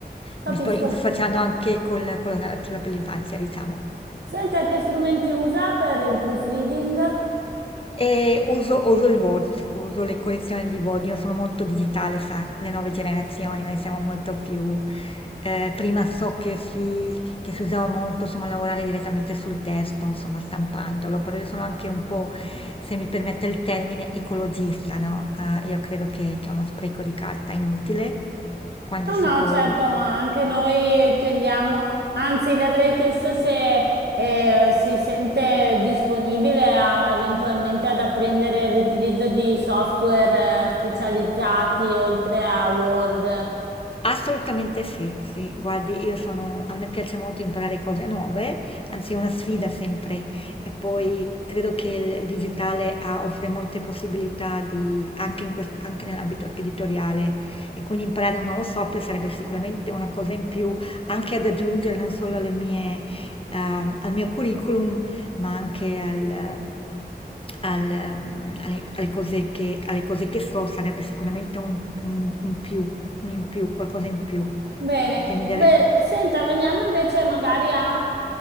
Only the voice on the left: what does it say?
Mi sto interfacciando
anche col- con la narrativa per l'infanzia, diciamo.
E uso, uso il Word, uso le collezioni di Word, io sono molto digitale, sa, le nuove generazioni, noi siamo molto più... eh, prima so che si, che si usava molto, insomma, lavorare direttamente sul testo, insomma, stampandolo, però io sono anche un po', se mi permette il termine, ecologista, no? Eh, io credo che, che è uno spreco di carta inutile, quando
si
può
Assolutamente sì, sì. Guardi, io sono a me piace molto imparare cose nuove, anzi è una sfida sempre. E poi credo che il digitale ha- offre molte possibilità di, anche, in quest- anche nell'ambito editoriale. E quindi imparare un nuovo software sarebbe sicuramente una cosa in più, anche ad aggiungere non solo alle mie, ehm, al mio curriculum, ma anche al- al, ehm, alle, alle cose che, alle cose che so, sarebbe sicuramente un, un- un più un in più, qualcosa in più
che mi dia
de-